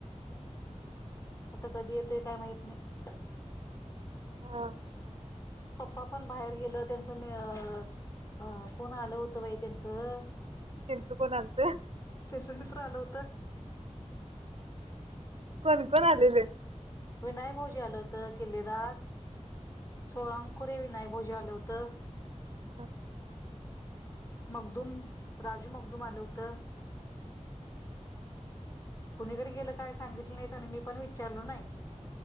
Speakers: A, on the left; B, on the right.
A: आता कधी येतोय काय माहित नाही.
B: हा.
A: पप्पा पण बाहेर गेल. त्यांचं मी अ अ कोण आलं होतं बाई त्यांचं
B: त्यांचं कोण आलत
A: त्यांचं मित्र आलं होत.
B: कोण-कोण आलेले?
A: विनय भाऊजी आलं होतं. किल्लेदार, सोळांकुरे, विनय भाऊजी आलं होतं.
B: ह.
A: मगदूम, राजू मगदूम आलं होतं. कुणीकड गेलं काय सांगितलं नाहीत आणि मी पण विचारलो नाही.